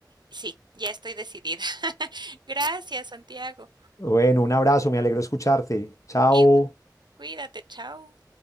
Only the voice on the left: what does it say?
Bueno, un abrazo, me alegro escucharte. Chao.